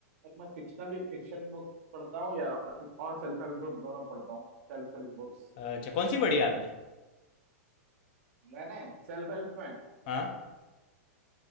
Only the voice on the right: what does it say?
एक मैं फिक्शनल फिक्शन बुक्स पढ़ता हूँ या और सेल्फ हेल्प बुक दोनों पढ़ता हूँ Self help books
मैंने सेल्फ हेल्प में